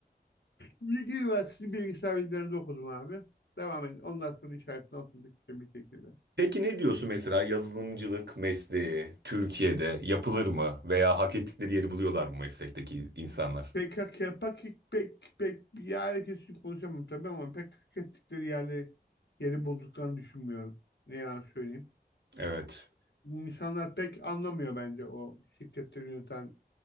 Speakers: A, on the left; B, on the right.
A: Bilgi Üniversitesi bilgisayar bilimlerinde okudum abi. Devam edin. Ondan sonra işaretini atıldık işte bir şekilde.
B: Peki ne diyorsun mesela yazılımcılık mesleği Türkiye'de yapılır mı veya hak ettikleri yeri buluyorlar mı meslekteki insanlar?
A: PKK, pek pek pek yani kesin konuşamam tabii ama pek hak ettikleri yerleri yeri bulduklarını düşünmüyorum. Ne yalan söyleyeyim.
B: Evet.
A: İnsanlar pek anlamıyor bence o şirketleri yöneten